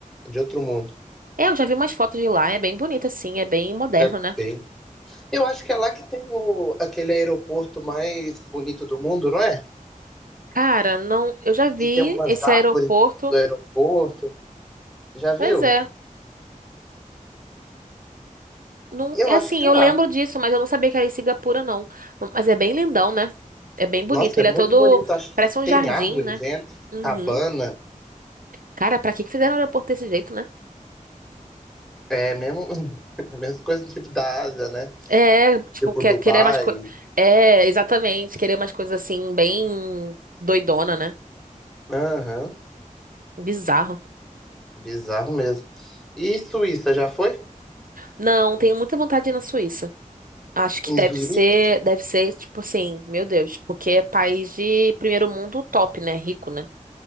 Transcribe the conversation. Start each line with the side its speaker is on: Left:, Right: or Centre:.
Centre: de outro mundo.
Right: É, eu já vi umas fotos de lá, é bem bonito assim, é bem moderno,
Centre: É
Right: né?
Centre: bem. Eu acho que é lá que tem o, aquele aeroporto mais bonito do mundo, não é?
Right: Cara, não, eu já vi
Centre: E tem umas
Right: esse
Centre: árvores
Right: aeroporto.
Centre: do aeroporto. Já viu?
Right: Pois é. Não,
Centre: Eu
Right: é
Centre: acho
Right: assim,
Centre: que é
Right: eu
Centre: lá.
Right: lembro disso, mas eu não sabia que era em Singapura, não. Mas é bem lindão, né? É bem bonito.
Centre: Nossa,
Right: Ele
Centre: é muito
Right: é todo,
Centre: bonito. Acho que
Right: parece um
Centre: tem
Right: jardim,
Centre: árvore
Right: né?
Centre: dentro,
Right: Uhum.
Centre: cabana.
Right: Cara, pra que que fizeram o aeroporto desse jeito, né?
Centre: É mesmo, <laughs> é a mesma coisa do tipo da Ásia, né?
Right: É, tipo,
Centre: Tipo
Right: que-
Centre: Dubai.
Right: querer mais coisas. É, exatamente, querer umas coisas assim, bem doidona, né?
Centre: Aham,
Right: Bizarro.
Centre: bizarro mesmo. E Suíça, já foi?
Right: Não, tenho muita vontade de ir na Suíça. Acho que
Centre: Em
Right: deve
Centre: Zurique?
Right: ser, deve ser, tipo assim, meu Deus, porque é país de primeiro mundo top, né? Rico, né?